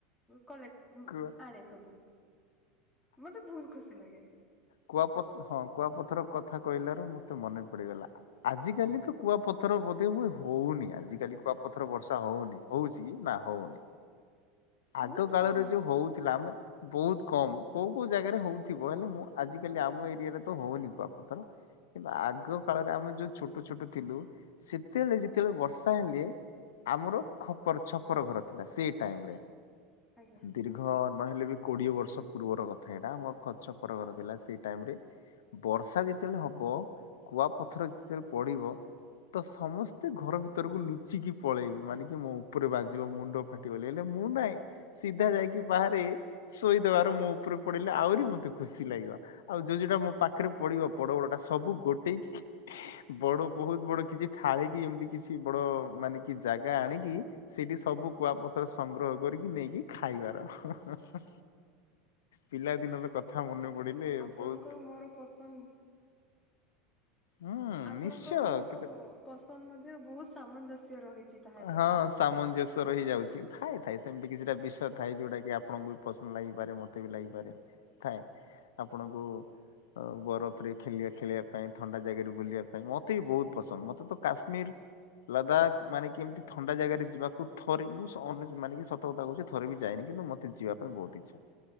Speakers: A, in the centre; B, on the left.
A: କଲେକ୍ଟ
B: ହୁଁ
A: ଆଣେ ସବୁ ମତେ ବହୁତ ଖୁସି ଲାଗେ।
B: କୁଆ ପଥ ହଁ କୁଆପଥର କଥା କହିଲାରୁ ମତେ ମନେ ପଡିଗଲା ଆଜି କାଲି ତ କୁଆପଥର। ବୋଧେ ହୁଏ ହଉନି ଆଜିିକାଲି କୁଆପଥର ବର୍ଷା ହଉନି ହଉଛି କି ନା ହଉନି। ଆଗ
A: ବହୁତ
B: କାଳରେ
A: କମ୍
B: ଯୋଉ ହଉଥିଲା ଆମେ। ବହୁତ କମ କୋଉ କୋଉ ଜାଗାରେ ହଉଥିବ ହେଲେ ମୁଁ ଆଜିିକାଲି ଆମ ଏଇ। ରେ ତ ହଉନି କୁଆ ପଥର। କିନ୍ତୁ ଆଗ କାଳରେ ଆମେ ଯୋଉ ଛୋଟ ଛୋଟ ଥିଲୁ ସେତେ ବେଳେ ଯେତେ ବେଳେ ବର୍ଷା ହେଲେ। ଆମର ଖପର ଛପର ଘର ଥିଲା ସେ ଟାଇମ ରେ।
A: ଆଜ୍ଞା।
B: ଦୀର୍ଘ ନ ନହେଲେ ବି କୋଡିଏ ବର୍ଷ ପୂର୍ବର କଥା ଏଇଟା ମୋ ଖ ଛପର ଘର ଥିଲା ସେଇ ଟାଇମ ରେ। ବର୍ଷା ଯେତେବେଳେ ହବ କୁଆ ପଥର ଯେତେବେଳେ ପଡିବ। ତ ସମସ୍ତେ ଘର ଭିତରକୁ ଲୁଚିକି ପଳେଇବେ ମାନେ କି ମୋ ଉପରେ ବାଜିବ ମୁଣ୍ଡ ଫାଟିବ ଏଲେ। ମୁଁ ନହିଁ ସିଧା ଯାଇକି ବାହାରେ ଶୋଇଦବାର ମୋ ଉପରେ ପଡିଲେ ଆହୁରି ମତେ ଖୁସି ଲାଗିବା। ଆଉ ଯୋଉ ଯୋଉଟା ମୋ ପାଖରେ ପଡିବ ପଡ ବଡ ଟା ସବୁ ଗୋଟେକି। ବଡ ବହୁତ ବଡ କିଛି ଥାଳିିକି ଏମିତି କିଛି ବଡ ମାନେ କି ଜାଗା ଆଣିକି ସେଠି। ସବୁ କୁଆପଥର। ସଂଗ୍ରହ କରିକି ନେଇକି ଖାଇବାର ହଁ - ହଁ -ହଁ ପିଲାଦିନର। କଥା ମନେ
A: ଆଜ୍ଞା
B: ପଡିଲେ
A: ଆପଣଙ୍କର
B: ବହୁତ
A: ମୋର ପସନ୍ଦ।
B: ହୁଁ
A: ଆପଣଙ୍କର
B: ନିଶ୍ଚୟ
A: ମୋର
B: କେତେ
A: ପସନ୍ଦ ମଧ୍ୟରେ ବହୁତ ସାମଞ୍ଜସ୍ୟ ରହିଛି। ତାହେଲେ
B: ହଁ ସାମଞ୍ଜସ୍ୟର ହେଇଯାଉଛି ଥାଏ ଥାଏ। ସେମିତି କିଛିଟା ବିଷୟ ଥାଏ ଯୋଉଟା କି ଆପଣଙ୍କୁ ବି ପସନ୍ଦ ଲାଗିପାରେ ମତେ ବି ଲାଗିପାରେ ଥାଏ। ଆପଣଙ୍କୁ ଅ ବରଫରେ
A: ଆଜ୍ଞା
B: ଖେଳିବା ଖେଳିବା ପାଇଁ ଥଣ୍ଡା। ଜାଗାରେ ବୁଲିବା ପାଇଁ ମତେ ବି ବହୁତ ପସନ୍ଦ ମତେ ତ କାଶ୍ମୀର ଲଦାଖ ମାନେ। କେମିତି ଥଣ୍ଡା ଜାଗାରେ ଯିବାକୁ ଥରେ ମୁଁନ୍ୟ ମାନେି ସତର୍କତା କହୁଛି ଥରେ ବି ଯାଏନି କିନ୍ତୁ ମୋତେିବା ପାଇଁ ବହୁତ ଆଚ୍ଛା।